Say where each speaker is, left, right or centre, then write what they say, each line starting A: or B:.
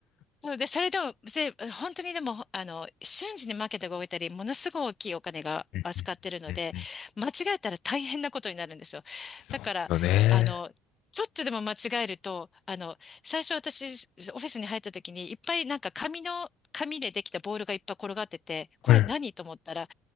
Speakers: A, on the left (about 30°); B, on the left (about 60°).
A: そうで、それでも、で本当にでも、あの、瞬時にマーケットが動いたり、ものすごい大きいお金が扱ってるので、
B: うんうんうんうん
A: 間違えたら大変なことになるんですよ。
B: そうですよね。
A: だから、あの、ちょっとでも間違えると、あの、最初私、オフィスに入った時に、いっぱいなんか紙の、紙でできたボールがいっぱい転がってて、これ何と思ったら、
B: うん